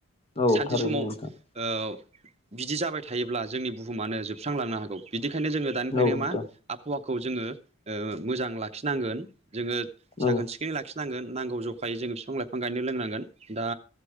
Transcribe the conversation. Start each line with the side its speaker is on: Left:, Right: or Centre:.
Left: औ
Right: सानसे
Left: थारैनो
Right: समाव ओ
Left: नोंथां औ
Right: बिदि जाबाय थायोब्ला जोंनि बुहुमानो जोबस्रांलांनो हागौ बिदिखायनो जोङो दानिफ्रायनो
Left: नोंथां
Right: मा आबहावा खौ जोङो ओ मोजां लाखिनांगोन जोङो
Left: औ
Right: साखोन सिखोनै लाखिनांगोन नांगौ ज जखायो जोङो बिफां लाइफां गायनो रोंनांगोन दा